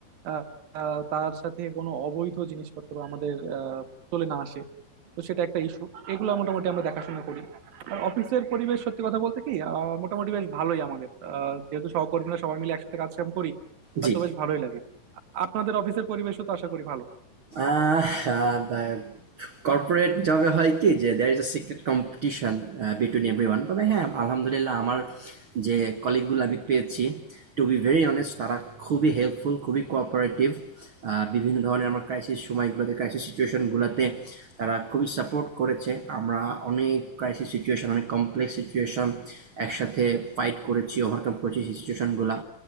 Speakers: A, on the right; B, on the right.
A: আহ, আহ, তার সাথে কোনো অবৈধ জিনিসপত্র আমাদের আহ, চলে না আসে তো সেটা একটা ইস্যু এগুলো মোটামুটি আমরা দেখাশোনা করি আর অফিসের পরিবেশ সত্যি কথা বলতে কি আহ, মোটামুটি বেশ ভালোই আমাদের আহ, যেহেতু সহকর্মীরা সবাই মিলে একসাথে কাজ কাম করি আহ,
B: জি।
A: তো বেশ ভালোই লাগে আপনাদের অফিসের পরিবেশও তো আশা করি ভালো
B: আহ আ বা কর্পোরেট জবে হয় কি যে there is a secret competition আ between everyone তবে হ্যাঁ, আলহামদুলিল্লাহ আমার যে কলিগগুলো আমি পেয়েছি to be very honest তারা খুবই হেল্পফুল, খুবই cooperative আ বিভিন্ন ধরনের আমার ক্রাইসিস সময়গুলোতে ক্রাইসিস সিচুয়েশনগুলোতে তারা খুবই সাপোর্ট করেছে। আমরা অনেক ক্রাইসিস সিচুয়েশন, অনেক কমপ্লেক্স সিচুয়েশন একসাথে ফাইট করেছি, ওভারকাম করেছি সেই সিচুয়েশনগুলা।